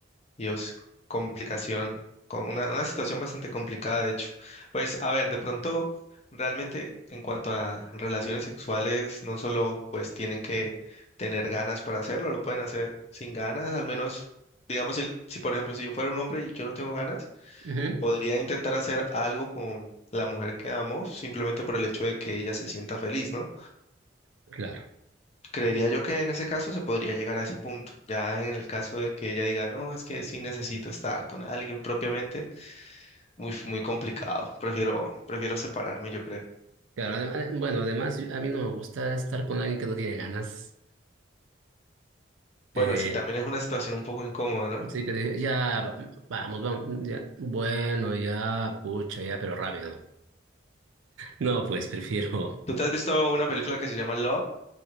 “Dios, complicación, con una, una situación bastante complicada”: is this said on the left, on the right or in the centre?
Left